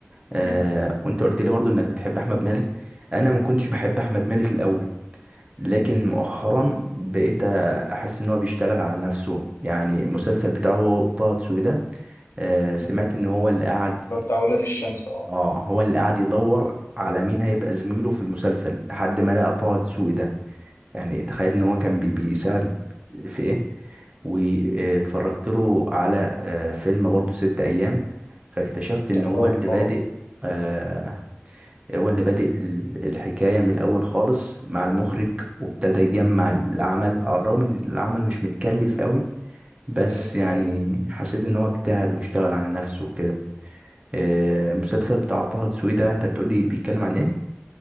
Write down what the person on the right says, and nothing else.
آه
وأنت قلت لي برضو إنك بتحب أحمد مالك أنا ما كنتش بحب أحمد مالك الأول لكن
مؤخرا بقيت أحس إن هو بيشتغل على نفسه يعني المسلسل بتاعه هو طه دسوقي ده آه سمعت
إن هو اللي قعد
اه هو اللي قاعد يدور على مين هيبقى زميله في المسلسل لحد ما لقى طه دسوقي ده يعني تخيل
ان هو كان بي- بيساعد في ايه واتفرجت له على آه، فيلم برضو ست ايام فاكتشفت ان
هو اللي
بادئ آه، هو اللي بادئ ال- الحكاية من الاول خالص مع المخرج وابتدى يجمع العمل على الرغم ان العمل مش متكلف قوي بس
يعني
حسيت ان هو اجتهد واشتغل على نفسه وكده آه، المسلسل بتاع طه دسوقي ده انت بتقول لي بيتكلم عن ايه